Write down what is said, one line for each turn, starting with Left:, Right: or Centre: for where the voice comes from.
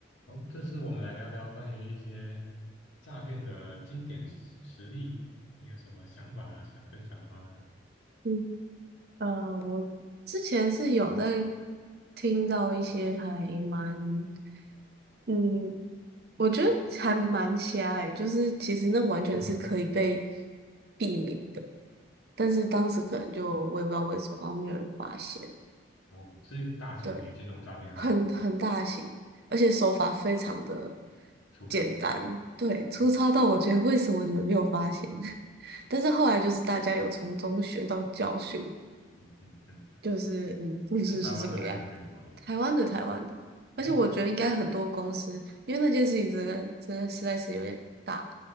Left: 好，这次我们来聊聊关于一些诈骗的经典实实例，你有什么想法想分享的吗？
Right: 嗯，呃，我之前是有在听到一些还蛮，嗯，我觉得还蛮瞎隘，就是其实那完全是可以被
Left: 有
Right: 避免的，但是当时可能就我也不知道为什么，好像没有人发现，
Left: 哦，是一个大型的金融诈骗案，
Right: 对，很很大型，而且手法非常的
Left: 出逃
Right: 简单，对，粗糙到我觉得为什么你们没有发现？
Left: 哦，
Right: <laughs> 但是后来就是大家有从中学到教训，
Left: 嗯嗯嗯，
Right: 就是嗯，故事是这个样子。
Left: 是台湾的还是美国的？
Right: 台湾的台湾的，
Left: 哦，
Right: 而且我觉得应该很多公司，因为那件事情真的真的实在是有点大，